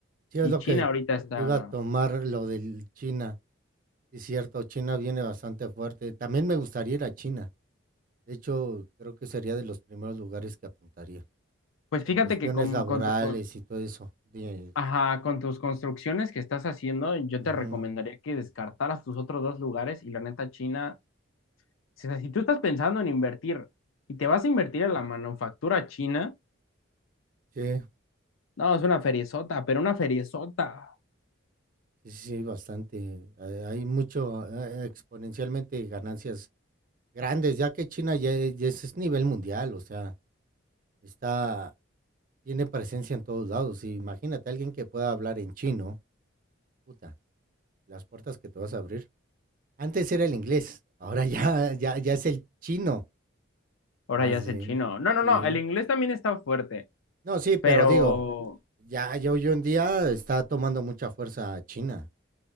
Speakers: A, on the right; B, on the left.
A: Sí, es
B: Y
A: lo
B: China
A: que
B: ahorita está...
A: te iba a tomar lo del China. Sí, cierto, China viene bastante fuerte. También me gustaría ir a China. De hecho, creo que sería de los primeros lugares que apuntaría,
B: Pues
A: por
B: fíjate
A: cuestiones
B: que con,
A: laborales
B: con, tu- con-
A: y todo eso. De
B: Ajá, con tus construcciones que estás haciendo, yo
A: ujú.
B: te recomendaría que descartaras tus otros dos lugares y la neta China, o sea, si tú estás pensando en invertir y te vas a invertir en la manufactura china,
A: Sí,
B: no, es una feriezota, pero una feriezota.
A: sí, sí, bastante. Hay hay mucho, eh, exponencialmente ganancias grandes, ya que China ya, e- ya es, es nivel mundial, o sea, está, tiene presencia en todos lados. Y imagínate alguien que pueda hablar en chino, puta, las puertas que te vas a abrir. Antes era el inglés, ahora ya, ya, ya es el chino,
B: Ahora
A: más
B: ya es
A: bien.
B: el chino. No, no,
A: Sí.
B: no, el inglés también está fuerte,
A: No, sí, pero
B: pero
A: digo, Ya, ya hoy en día está tomando mucha fuerza China.